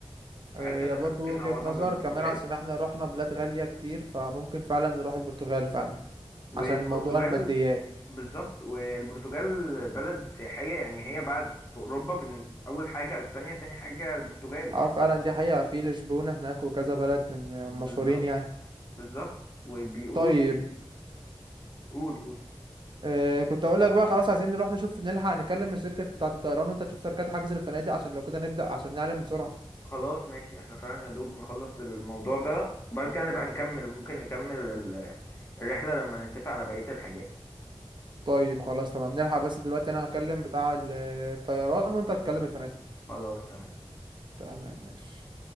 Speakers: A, on the left; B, on the right.
A: فحاسس
B: هي
A: ان احنا
B: برضو
A: ممكن
B: وجهة
A: نعوضها
B: نظر
A: بالبرتغال
B: كمان عشان احنا رحنا بلاد غالية كتير فممكن فعلا نروح البرتغال فعلا
A: والبرتغال
B: عشان موضوع الماديات
A: بالظبط والبرتغال بلد سياحية يعني هي بعد في اوروبا بن- اول حاجة اسبانيا تاني حاجة البرتغال
B: اه
A: يعني
B: فعلا
A: مش
B: دي حقيقة في لشبونة هناك وكذا بلد من
A: بالظبط
B: مشهورين يعني
A: بالظبط وبيقولوا
B: طيب
A: قول قول
B: آه كنت اقول لك بقى خلاص عايزين نروح نشوف نلحق نكلم الشركة بتاعة الطيران وانت تشوف شركات حجز الفنادق عشان لو كده نبدأ عشان نعلم بسرعة
A: خلاص ماشي احنا فعلا يا دوب نخلص الموضوع ده وبعد كده نبقى نكمل ممكن نكمل ال- الرحلة لما نتفق على بقية الحاجات
B: طيب خلاص تمام نلحق بس دلوقتي انا هكلم بتاع ال- الطيران وانت هتكلم الفنادق
A: خلاص تمام
B: تمام ماشي